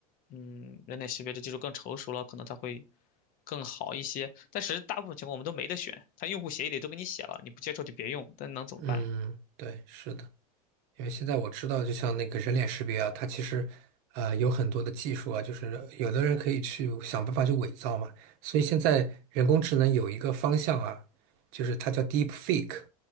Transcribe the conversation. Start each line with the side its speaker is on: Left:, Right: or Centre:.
Left: 嗯，人脸识别这技术更成熟了，可能它会更好一些。但是大部分情况我们都没得选，它用户协议里都给你写了，你不接受就别用，但能怎么办呢？
Right: 嗯，对，是的，因为现在我知道，就像那个人脸识别啊，它其实啊有很多的技术啊，就是有的人可以去想办法去伪造嘛。所以现在人工智能有一个方向啊，就是它叫 Deep Fake。